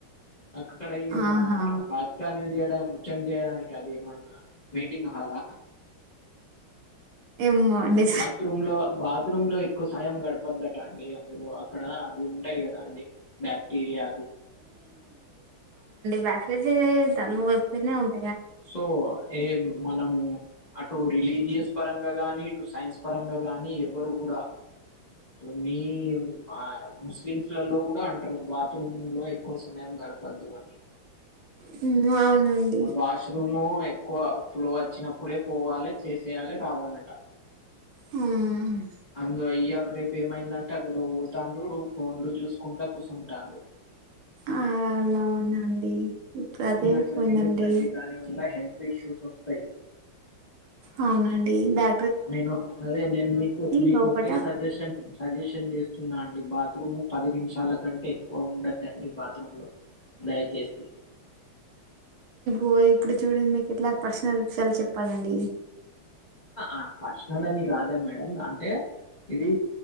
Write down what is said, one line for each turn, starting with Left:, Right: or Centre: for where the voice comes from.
Left: అక్కడ ఈ
Right: ఆహా
Left: మా బాత్కానీలు చేయడం ముచం చేయడానికి అది ఏ మన్నా మీటింగ్ హల్
Right: ఏమో అండి
Left: బాత్రూమ్ లో బాత్రూమ్ లో ఎక్కువ సాయం గడపు వద్దట అండి అందులో అక్కడ అవి ఉంటాయి కదా అండి బాక్టీరియా
Right: బ్యాకతే దాన్ని వైపునే ఉంట
Left: సో ఏ మనము అటు రిలీజియస్ పరంగా గానీ ఇటు సైన్స్ పరంగా గాని ఎవరు కూడా ఇప్పుడు మీ ఆ ముస్లిమ్స్లలో కూడా అంటారు బాత్రూమ్ లో ఎక్కువ సమయం గడపందు అని
Right: హ్మ్ అవునండి
Left: వాష్రూమ్ ఎక్కువ ఫ్లో వచ్చినప్పుడే పోవాలి చేసేయాలి రావాలట
Right: హ్మ్
Left: అందు ఇయ్యాల రేపు ఏమైందంటే అందులో పోతను ఫోన్లు చూసుకుంటా కూర్చుంటాను అ
Right: అలా అండి ఇప్పుడు అదే
Left: కానీ అట్లా
Right: పోయిందండి
Left: చెయ్యొద్దండి దాని వల్ల హెల్త్ ఇష్యూస్ వస్తాయి
Right: అవునండి బ్యా
Left: నేను అదే నేను మీకు మీకు
Right: లోపట
Left: ఒకే సజెషన్ సజెషన్ చేస్తున్నా అండి బాత్రూమ్ పది నిమిషాల కంటే ఎక్కువ ఉండద్దండి బాత్రూమ్ లో దయచేసి
Right: ఓ ఇప్పుడు చూడంది మీకు ఎట్లా పర్సనల్ విషయాలు చెప్పాలండి
Left: ఆ పర్సనల్ అని కాదే మేడం అంటే ఇది